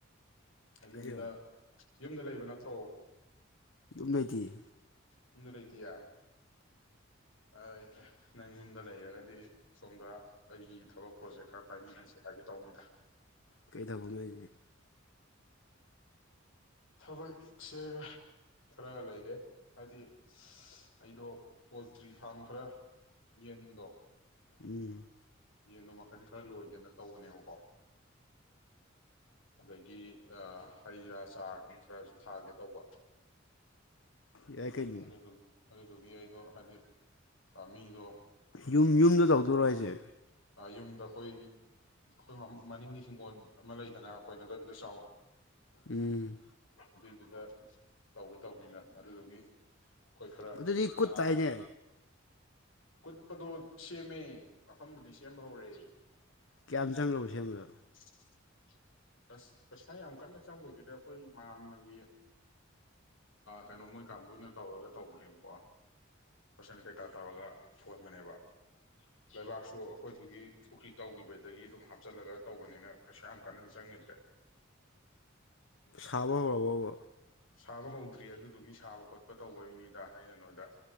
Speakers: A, on the left; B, on the left.
A: ꯌꯨꯝꯗ
B: ꯑꯩꯔꯣ
A: ꯌꯨꯝꯗ ꯂꯩꯕ ꯅꯠꯇ꯭ꯔꯣ
B: ꯌꯨꯝ ꯂꯩꯇꯤꯌꯦ
A: ꯌꯨꯝꯗ ꯂꯩꯇꯤꯌꯦ <unintelligible> ꯅꯪ ꯌꯨꯝꯗ ꯂꯩꯔꯒꯗꯤ ꯁꯣꯝꯗ ꯑꯩꯒꯤ ꯊꯕꯛ ꯄ꯭ꯔꯣꯖꯦꯛ ꯈꯔ ꯄꯥꯏꯃꯤꯟꯅꯁꯦ ꯍꯥꯏꯒꯦ ꯇꯧꯅꯤꯗ
B: ꯀꯩ ꯊꯕꯛꯅꯣ ꯍꯥꯏꯁꯦ
A: <inaudible> ꯊꯕꯛꯁꯦ ꯈꯔ ꯂꯩꯔꯦ ꯍꯥꯏꯗꯤ ꯑꯩꯗꯣ ꯄꯣꯜꯇ꯭ꯔꯤ ꯐꯥꯝ ꯈꯔ ꯌꯦꯟꯗꯣ
B: ꯎꯝ
A: ꯌꯦꯟꯗꯣ ꯃꯈꯜ ꯈꯔ ꯂꯣꯏꯒꯦꯅ ꯇꯧꯕꯅꯦꯕꯀꯣ ꯑꯗꯒꯤ ꯑꯥ ꯍꯩ ꯔꯥ ꯆꯥꯔ ꯑꯗꯨꯝ ꯈꯔꯁꯨ ꯊꯥꯒꯦ ꯇꯧꯕ
B: ꯌꯥꯏ ꯀꯩꯅꯣ
A: ꯑꯗꯨꯗꯨ ꯑꯗꯨꯗꯨꯒꯤ ꯑꯩꯗꯣ ꯍꯥꯏꯗꯤ ꯃꯤꯗꯣ
B: ꯌꯨꯝ ꯌꯨꯝꯗ ꯇꯧꯗꯣꯔꯣ
A: ꯂꯩ
B: ꯍꯥꯏꯁꯦ
A: ꯌꯨꯝꯗ ꯑꯩꯈꯣꯏ ꯑꯩꯈꯣꯏ ꯃꯅꯤꯡꯒꯤ ꯍꯤꯡꯒꯣꯜ ꯑꯃ ꯂꯩꯗꯅ ꯀꯣꯏꯅꯗꯕꯤꯗ ꯆꯥꯎꯅ
B: ꯎꯝ
A: ꯑꯗꯨꯏꯗꯨꯗ ꯇꯧꯒꯦ ꯇꯧꯕꯅꯤꯗ ꯑꯗꯨꯗꯨꯒꯤ ꯑꯩꯈꯣꯏ ꯈꯔ
B: ꯑꯗꯨꯗꯤ ꯀꯨꯠ
A: ꯅꯍꯥ
B: ꯇꯥꯏꯅꯦ
A: ꯀꯨꯠꯄꯗꯣ ꯁꯦꯝꯃꯦ ꯃꯐꯝꯗꯨꯗꯤ ꯁꯦꯝꯕ ꯍꯧꯔꯦ
B: ꯀꯌꯥꯝ ꯆꯪꯈ꯭ꯔꯕ ꯁꯦꯝꯕꯗ
A: <inaudible> ꯑꯁ ꯄꯩꯁꯥ ꯌꯥꯝ ꯀꯟꯅ ꯆꯪꯕ ꯑꯣꯏꯗꯦꯗ ꯑꯩꯈꯣꯏ ꯃꯥ ꯃꯥꯒꯤ ꯀꯩꯅꯣ ꯃꯣꯏ ꯀꯥꯡꯕꯨꯅ ꯇꯧꯔꯒ ꯇꯧꯕꯅꯦꯕꯀꯣ ꯐꯁꯟ ꯀꯩꯀꯥ ꯇꯧꯔꯒ ꯊꯣꯟꯕꯅꯦꯕ ꯂꯩꯕꯥꯛꯁꯨ ꯑꯩꯈꯣꯏꯗꯨꯒꯤ ꯄꯨꯈ꯭ꯔꯤ ꯇꯧꯈꯤꯕꯗꯒꯤ ꯑꯗꯨꯝ ꯍꯥꯞꯆꯤꯜꯂꯒ ꯇꯧꯕꯅꯤꯅ ꯀꯩꯁꯨ ꯌꯥꯝ ꯀꯟꯅ ꯆꯪꯉꯤꯗ꯭ꯔꯦ
B: ꯁꯥꯕ ꯍꯧꯔꯕꯣꯕ
A: ꯁꯥꯕ ꯍꯧꯗ꯭ꯔꯤ ꯑꯗꯨꯗꯨꯒꯤ ꯁꯥꯕ ꯈꯣꯠꯄ ꯇꯧꯕꯩꯅꯤꯗ ꯍꯥꯏꯗ ꯅꯣꯏꯗ